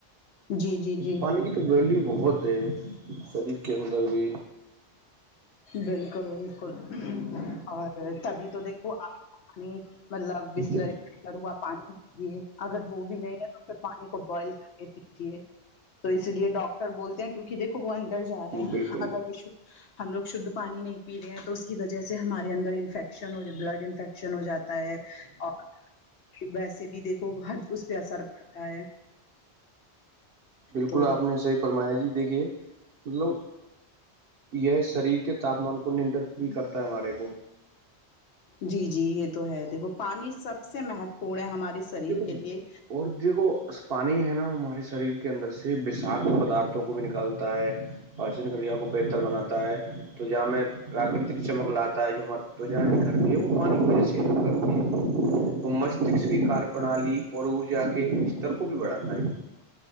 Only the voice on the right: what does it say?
پانی کی تو ویلیو بہت ہے شریر کے اندر بھی
جی
بالکل
بالکل
بالکل
آپ نے صحیح فرمایا جی دیکھیے مطلب یہ شریر کے تاپمان کو نندرت بھی کرتا ہے ہمارے کو
دیکھو
اور دیکھو پانی ہے نا ہمارے شریر کے اندر سے بساک پدارتھوں کو بھی نکالتا ہے پراچن کریا کو بہتر بناتا ہے تو جہاں میں پراکرتک چمک لاتا ہے جو ہمار تو جہاں نکھرتی ہے وہ پانی وجہ سے ہیٹ کرتی ہے اور مستشک کی کار پرنالی اور ع جا کے بتر کو بھی بڑھاتا ہے